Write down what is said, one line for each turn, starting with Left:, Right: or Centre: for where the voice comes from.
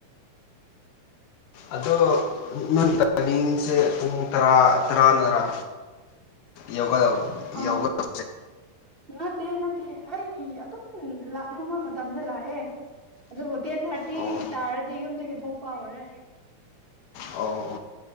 Left: ꯑꯗꯣ ꯅꯪ ꯇꯥꯏꯃꯤꯡꯁꯦ ꯄꯨꯡ ꯇꯔꯥ ꯇꯔꯥꯅꯔꯥ ꯌꯧꯒꯗꯧꯕ ꯌꯧꯒꯗꯧꯕ
Right: ꯑꯪ ꯅꯠꯇꯦ ꯅꯠꯇꯦ ꯑꯩ ꯑꯗꯨꯝ ꯂꯥꯛꯅꯤꯡꯕ ꯃꯇꯝꯗ ꯂꯥꯛꯑꯦ ꯑꯗꯨꯕꯨ ꯇꯦꯟ ꯊꯥꯔꯇꯤ
Left: ꯑꯣ
Right: ꯇꯥꯔꯗꯤ ꯌꯨꯝꯗꯒꯤ ꯊꯣꯛꯄ ꯍꯧꯔꯦ
Left: ꯑꯣ